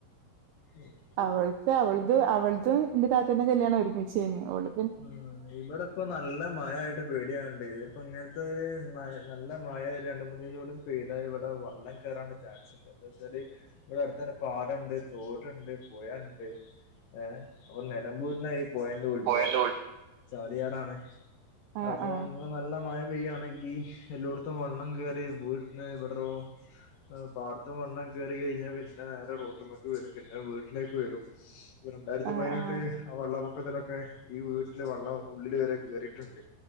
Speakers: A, on the left (about 65°); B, on the right (about 75°).
A: ആഹ
B: അവൾക്ക് അവൾതും അവൾതും ന്റെ താത്തന്റെ കല്യാണം ഒരുമിച്ചേനി അവള്
A: ഉം ഇവടപ്പം നല്ല മഴയായി പേടിയാൺണ്ട് ത്പ്പ ഇങ്ങൻത്തോര്നല്ല മയ രണ്ട് മൂന്നിലൂടി പെയ്താൽ ഇവിടെ വള്ളം കേറാനുള്ള ചാൻസ്ണ്ട് എന്താച്ചാല് ഇവിടെ അടുത്തന്നെ പാടണ്ട് തോടുണ്ട് പുയണ്ട് ഏഹ അപ്പൊ നിലമ്പൂരിന്ന ഈ പുഴന്റെ ഉത്ഭവം
B: പോയല്ലോ.
A: ചാലിയാറാണ്
B: ആഹ്
A: അപ്പൊ
B: ആഹ്
A: ഇങ്ങനെ നല്ല മഴ പെയ്യയാണെങ്കി എല്ലോടത്തും വെള്ളം കേറി വീട്ടന് ഇവിട്റോ പാടത്ത് വള്ളം കേറി കയിഞ്ഞാൽ പിന്നെ നേരെറൊട്ട് മക്ക് വരും പിന്നെ വീട്ടിലേക്ക് വരും രണ്ടായിരത്തി
B: ആഹ്
A: പതിനെട്ട്
B: ആഹ്
A: ആ വള്ളപ്പൊക്കത്തിലൊക്കെ ഈ വീട്ടില് വെള്ളം ഉള്ളില് വരെകേറീട്ടുണ്ട്